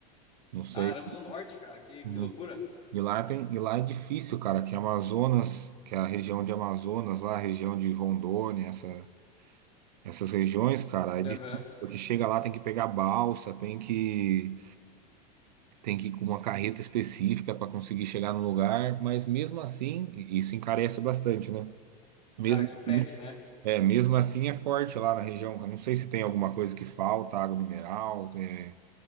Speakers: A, on the right; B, on the left.
A: Não sei.
B: Ah, Aramo do Norte, cara, que,
A: Uhum.
B: que loucura.
A: E lá tem, e lá é difícil, cara, que Amazonas, que é a região de Amazonas, lá a região de Rondônia, essa, essas regiões, cara, é difícil,
B: Aham.
A: porque chega lá tem que pegar balsa, tem que tem que ir com uma carreta específica para conseguir chegar no lugar, mas mesmo assim, isso encarece bastante, né? Mesmo,
B: Cara, isso
A: assim-
B: frete, né?
A: é, mesmo assim é forte lá na região. Eu não sei se tem alguma coisa que falta, água mineral, é,